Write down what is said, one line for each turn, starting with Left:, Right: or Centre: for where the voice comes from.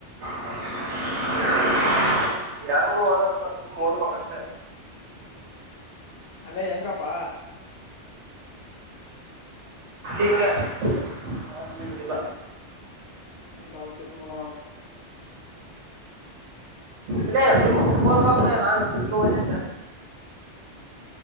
Right: <inaudible> ಯಂಗೂ ಹಓದದಲ್ಲ ಸುಮ್ಮ್ ಓದ್ಬೇಕಷ್ಟೆ
Left: ಅದೇ ಹೆಂಗಪ್ಪಾ
Right: ಂಗೆ ಹ ಜಲ್ಲ
Left: ಂತೊಡ ಮಡ
Right: ಇಲ್ಲ ಸುಮ್ ಬುಕ್ ಹಲ್ಬೇಕಲ ನಾನು ಬುಕ್ಗೆ ಹೋದ